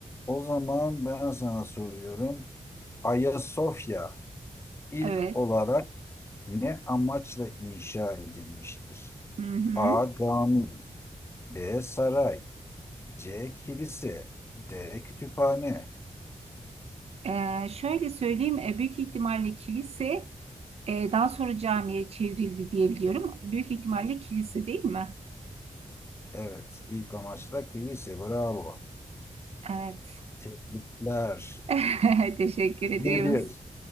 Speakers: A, on the left (about 20°); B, on the right (about 60°).
A: o zaman ben sana soruyorum. Ayasofya ilk
B: Evet.
A: olarak Ne amaçla inşa edilmiştir?
B: Hı hı.
A: A. Cami B. Saray C. Kilise D. Kütüphane
B: Ee, şöyle söyleyeyim. e, Büyük ihtimalle kilise e, daha sonra camiye çevrildi diye biliyorum. Büyük ihtimalle kilise değil mi?
A: Evet, ilk amaçla kilise. Bravo.
B: Evet.
A: Tebrikler.
B: <laughs> Teşekkür ederim.
A: Bir bir.